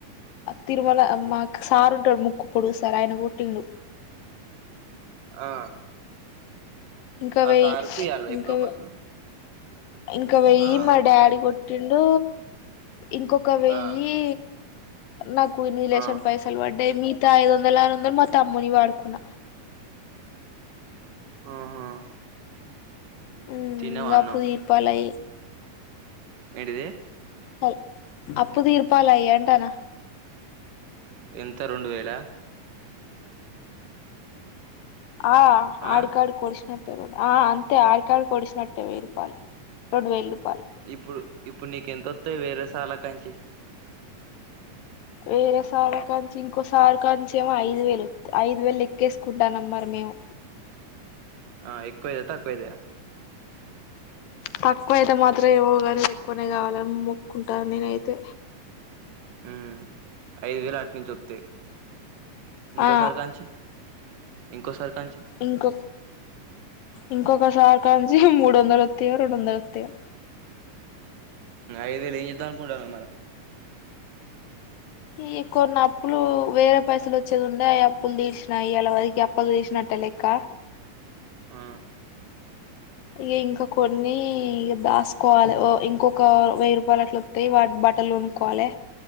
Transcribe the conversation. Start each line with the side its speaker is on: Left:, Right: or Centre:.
Left: తిరుమల మా సారు ఉంటడు ముక్కు పొడుగు సార్ ఆయన గొట్టిండు
Right: ఆ
Left: ఇంక
Right: ఆ
Left: వెయి
Right: సార్కు ఇయ్యాల
Left: ఇంక
Right: ఇప్పుడు ఒక
Left: వే ఇంక వెయ్యి
Right: ఆ
Left: మా డాడీ గొట్టిండు ఇంకొక వెయ్యి
Right: ఆ
Left: నాకు ఇన్బిజిలేషన్
Right: ఆ
Left: పైసలు బడ్డయి మీ తా ఐదు వందల్ ఆరు వందల్ మా తమ్మునియి వాడుకున్న.
Right: ఆహా
Left: ఉమ్
Right: తిన్నవా
Left: ఇంగ
Right: అన్నం
Left: అప్పు తీర్పాలయ్
Right: ఏంటిది
Left: అయి అప్పు తీర్పాలయ్యంటానా.
Right: ఎంత రెండు వేలా
Left: ఆ
Right: ఆ
Left: ఆడికాడికి ఒడిషినట్ ఆ ఆ అంతే ఆడికాడికొడిషినట్టే వెయ్యి రూపాలు, రెండు వేలు రుప్
Right: ఇప్పుడు ఇప్పుడ్ నీకెంతొత్తయ్ వేరే సార్ల కాంచి
Left: వేరే సార్ల కాంచి ఇంకోసార్ కాంచి ఏమో ఐదు వేలు ఐదు వేలు లెక్కేసుకుంటానమ్ మరి మే మేము
Right: ఆ ఎక్కువైతయ, తక్కువైతయ
Left: తక్కువయితే మాత్రం ఏమో గనీ ఎక్కువనే గావాలని మొక్కున్టాన నేనైతే.
Right: ఆ ఐదు వేలు నుంచి వత్తయి ఇంకోసారి
Left: ఆ
Right: కాంచి ఇంకోసారి కాంచి
Left: ఇంకొ ఇంకొకసారి కాంచి మూడు వందలు వత్తాయో రెండు వందలు వత్తాయో
Right: ఐదు వేలు ఏం చేద్దాం అనుకుంటున్నావు మరి
Left: ఈ కొన్ని అప్పులు వేరే పైసలు వచ్చేది ఉండే ఆ అప్పులు అప్పులుతీర్చిన ఇయ్యాలవరికి అప్పులు తీర్చినట్టు నట్టే లెక్క
Right: ఆ
Left: ఇగ ఇంకా కొన్ని ఇగ దాసుకోవాలి ఇంకొక వెయ్యి రూపాయలు అట్లు వత్తయి వాటి బట్టలు లు కొనుక్కోవాలే